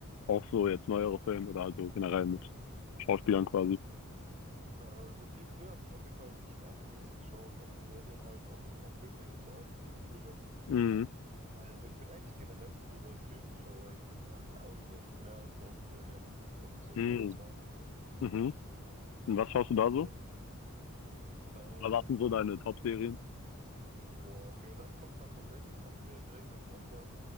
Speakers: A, on the left; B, on the right.
A: auch so jetzt neuere Filme oder also generell mit Schauspielern quasi?
B: Äh, so viel früher habe ich auf jeden Fall viel Animes geschaut, auch so Serien halt, auch, auch Filme gibt's ja auch Anime-Filme.
A: Mhm.
B: Äh, aber ich bin eigentlich generell nicht so der Filmschauer. Ich bin äh, eigentlich echt mehr so auf Serien fokussiert,
A: Mhm.
B: sag ich jetzt mal.
A: Mhm. Und was schaust du da
B: Ja.
A: so?
B: Ähm,
A: Was waren so deine Top-Serien?
B: boah, okay, da kommt dann tatsächlich ein Anime direkt als erster,